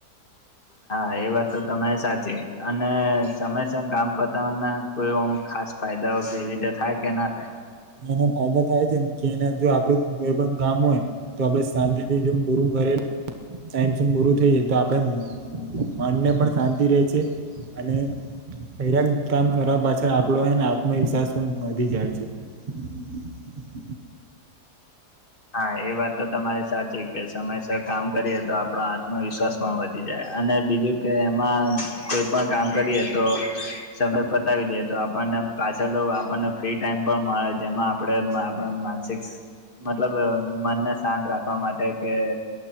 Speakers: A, on the left; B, on the right.
A: હા એ વાત તો તમારી સાચી અને સમય સર કામ પતાના કોઈમ ખાસ ફાયદાઓ કેવી રીતે થાય કે ના થાય.
B: એનો ફાયદા થાય છે, ને કે એના જો આપડું કોઈ પણ કામ હોય તો આપડે શાંતિથી જેમ પૂરું કરે સા પૂરું થઈ જાય તો આપડે મનને પણ શાંતિ રહેે છે. અને દરેક કામ કરવા પાછળ આપડો એને આત્મવિશ્વાસ પણ વધી જાય છે. <inaudible>
A: હા, એ વાત તો તમારી સાચી કે સમયસર કામ કરીએ તો આપડો આત્મવિશ્વાસ પણ વધી જાય અને બીજું કે કોઈ પણ કામ કરીએ તો સમય પતાવી દે તો આપણને પાછળ તો આપણને મતલબ ફ્રી ટાઈમ પણ મળે. જેમાં આપ આપ માનસિક મતલબ મનને શાંત રાખવા માટે કે